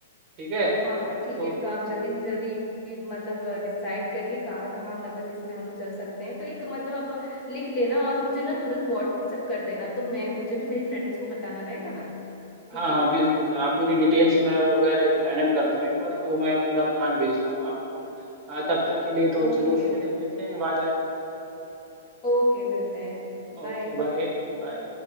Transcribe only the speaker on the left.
हाँ हाँ ठीक
है तो आप जल्दी से जल्दी मतलब डिसाइड करिए कहाँ कहाँ मतलब इसमें हम चल सकते हैं तो एक मतलब आप लिख लेना और मुझे ना तुरंत व्हाट्सएप कर देना तो मैं मुझे भी मेरी फ्रेंड्स को बताना रहेगा ना ठीक
है
ओके
ओके मिलते हैं
बाय